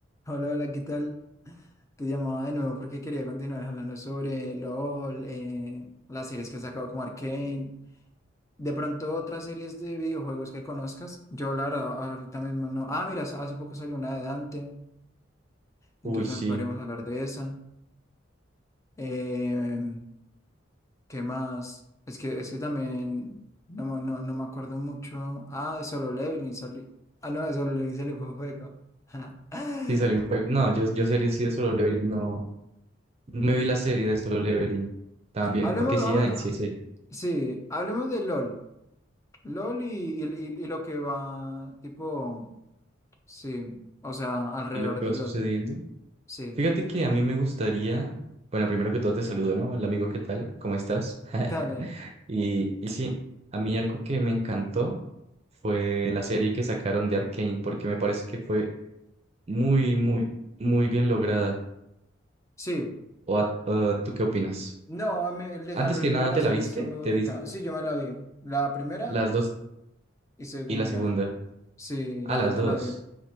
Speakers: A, on the left; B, on the right.
A: Hola, hola, ¿qué tal? Te llamaba de nuevo porque quería continuar hablando sobre LOL, eh, las series que ha sacado como Arcane, de pronto otras series de videojuegos que conozcas. Yo la verdad ahorita mismo no. Ah, mira, sa- hace poco salió una de Dante, entonces
B: Uy, sí,
A: también podríamos hablar de esa. Eh, ¿qué más? Es que, es que también no, me- no, no me acuerdo mucho. Ah, de Solo Leveling salió. Ah, no, de Solo Leveling salió fue un juego. <laughs>
B: sí salió un juego. No, yo, yo serie sí de Solo Leveling, no. no Me vi la serie de Solo Leveling también,
A: Hablemos,
B: porque sí
A: ah,
B: hay, sí hay serie.
A: sí, hablemos de LOL. LOL y, y- y- y lo que va, tipo, sí, o sea, alrededor
B: Y lo que
A: de
B: va sucediendo.
A: LOL, sí,
B: Fíjate que a mí me gustaría, bueno, primero que todo te saludo, ¿no? Hola amigo, ¿qué tal? ¿Cómo estás? <laughs>
A: <laughs> dale.
B: Y, y sí, a mí algo que me encantó fue la serie que sacaron de Arcane, porque me parece que fue muy, muy, muy bien lograda.
A: Sí,
B: ¿O a- o tú qué opinas?
A: no, a mí el desarrollo
B: Antes que nada,
A: de la
B: ¿te
A: serie
B: la viste?
A: estuvo muy bonita.
B: ¿Te viste
A: Sí, yo me la vi, la primera
B: las dos
A: y segunda,
B: y la segunda?
A: sí,
B: Ah,
A: las
B: las
A: dos me
B: dos.
A: la vi.